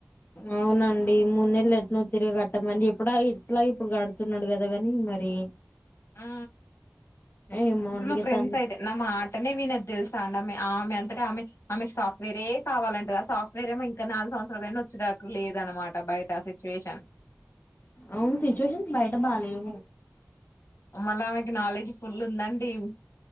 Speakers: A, on the left; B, on the left.
A: అవునండి మూడు నెలలు ఎట్నో తిర కట్టమని ఎప్పుడ ఇట్లా ఇప్పుడు గడుతున్నాడు కదా కానీ మరి ఇ
B: ఆ
A: ఏమో అండి
B: ఆ మా
A: ఇగ
B: ఫ్రెండ్స్
A: తను
B: అయితే నా మాటనే వినది తెలుసా అనమే ఆమె ఆమె అంతటే ఆమె ఆమెకు సాఫ్ట్వేరే కావాలంటది ఆ సాఫ్ట్వేర్ ఏమో ఇంకా నాలుగు సంవత్సరాలైనా వచ్చేటట్టు లేదనమాట బయట అస సిట్యుయేషన్
A: అవును సిచ్యువేషన్స్ బయట బాలేవు
B: మళ్ళ ఆమెకి నాలెడ్జ్ ఫుల్ ఉందండి